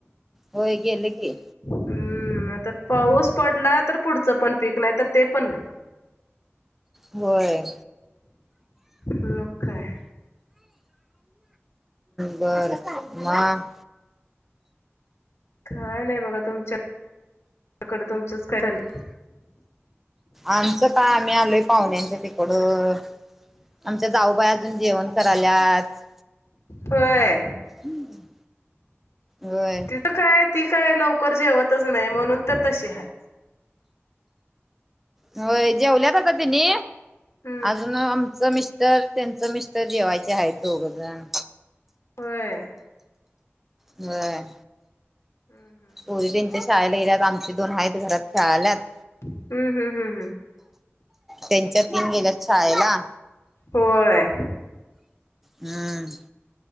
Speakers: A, in the centre; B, on the left (about 75°).
A: होय गेल की
B: हम्म आता पाऊस पडला तर पुढचं पण पीक नाही तर ते पण नाही
A: व्हय.
B: मग काय
A: बरं म
B: काय नाही बघा तुमच्याकडे तुमचंच काय झालं
A: आमचं काय आम्ही आलोय पाहुण्यांच्या तिकड आमच्या जाऊबाई अजून जेवण कराल्यात
B: व्हय.
A: हम्म व्हय.
B: तिथं काय ती काय लवकर जेवतच नाही म्हणून तर तशी हाय
A: होय जेवल्यात होता तिने
B: हम्म
A: अजून आमचं मिस् टर त्यांचं मिस्टर जेवायचे आहेत दोघ जण
B: व्हय.
A: व्हय.
B: हम्म हम्म हम्म.
A: हो त्यांच्या शाळेला गेल्यात आमचे दोन आहेत घरात शाळालात
B: हम्म हम्म हम्म हम्म.
A: त्यांच्या तीन गेल्या शाळेला
B: होय.
A: हम्म